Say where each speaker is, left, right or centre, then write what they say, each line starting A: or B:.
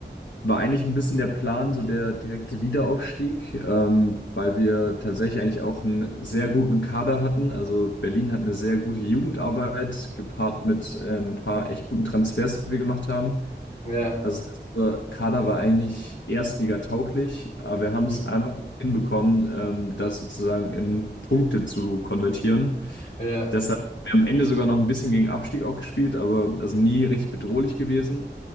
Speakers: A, on the left (about 85°); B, on the left (about 40°).
A: war eigentlich ein bisschen der Plan, so der direkte Wiederaufstieg, ähm, weil wir tatsächlich eigentlich auch einen sehr guten Kader hatten. Also Berlin hat eine sehr gute Jugendarbeit, gepaart mit äh, ein paar echt guten Transfers, die wir gemacht haben.
B: ja,
A: Also das heißt, unser Kader war eigentlich erstligatauglich, aber wir
B: mhm,
A: haben es einfach nicht hinbekommen, ähm, das sozusagen in Punkte zu konvertieren.
B: ja.
A: Deshalb haben wir am Ende sogar noch ein bisschen gegen Abstieg auch gespielt, aber also nie richtig bedrohlich gewesen.